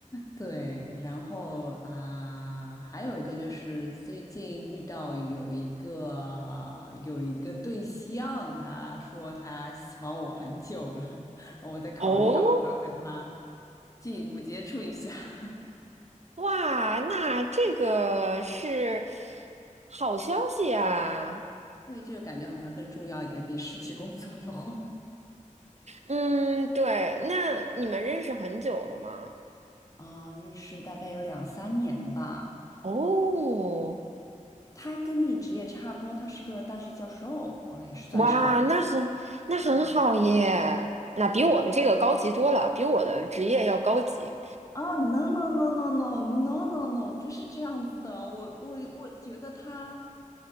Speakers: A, on the left; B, on the right.
A: 对。然后啊、还有一个就是最近遇到有一个有一个对象，他说他喜欢我很久了，然后我在考虑要不要跟他
B: 哦，
A: 进一步接触一下。<laughs>
B: 哇，那这个是好消息啊。
A: 对，这个感觉好像更重要一点，比失去工作的话。<laughs>
B: 嗯，对，那你们认识很久了吗？
A: 啊、认识大概有两三年吧。
B: 哦，
A: 他跟你职业差不多，他是个大学教授啊、也是算是个老
B: 哇，
A: <laughs> 师。
B: 那很那很好耶，
A: 对
B: 那比我们这个高级多了，比我的职业要高级。
A: 啊，no no no no no no no no，不是这样子的。我我我觉得他，